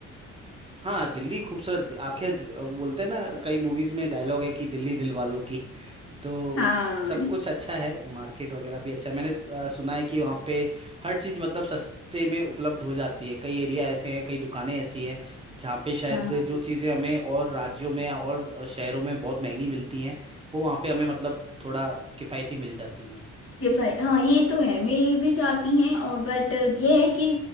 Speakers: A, on the right; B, on the left.
A: हाँ दिल्ली खूबसूरत आखिर द- बोलते हैं ना कई मूवीज में डायलॉग है कि दिल्ली दिल वालों की <laughs> तो
B: हाँ
A: सब कुछ अच्छा है मार्केट वगैरह भी अच्छा है। मैंने आ, सुना है कि वहाँ पे हर चीज़ मतलब सस्ते में उपलब्ध हो जाती है कई एरिया ऐसे हैं कई दुकानें ऐसी हैं जहाँ पे शायद
B: हाँ हाँ
A: जो चीज़ें हमें और राज्यों में और अ, शहरों में बहुत महंगी मिलती हैं वो वहाँ पे हमें मतलब थोड़ा किफ़ायती मिल जाती हैं
B: ये फाइ हाँ ये तो है मिल भी जाती हैं और बट ये है कि